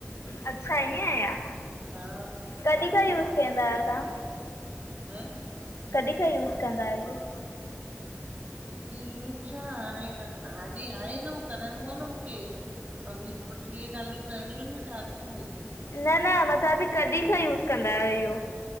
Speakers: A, on the left; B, on the right.
A: अच्छा ईअं आ या?
B: हा।
A: कॾी खां यूज़ कंदा आहियो तां?
B: हं?
A: कॾी खां यूज़ कंदा आहियो?
B: ई यू छा, हाणे हाली आहे न, कराइणो आ न मुखे। बीह पो टीह काल्यू करणी इन न टास्क में।
A: न न मां चवां ती कॾी खां यूज़ कंदा आहियो इहो?